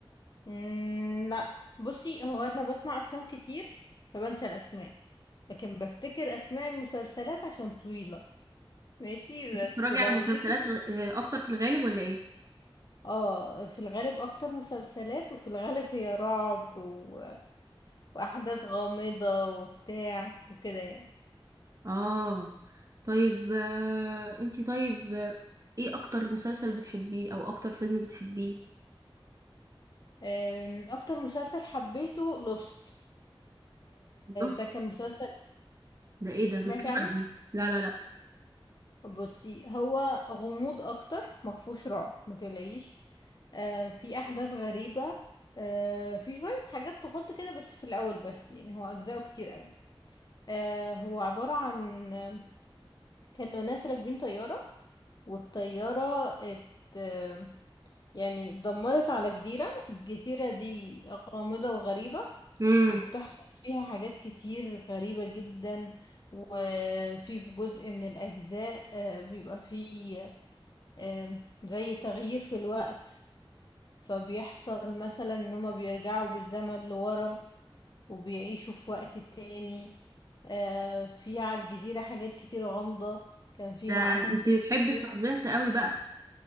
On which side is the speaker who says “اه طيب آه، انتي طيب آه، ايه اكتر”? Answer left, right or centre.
Right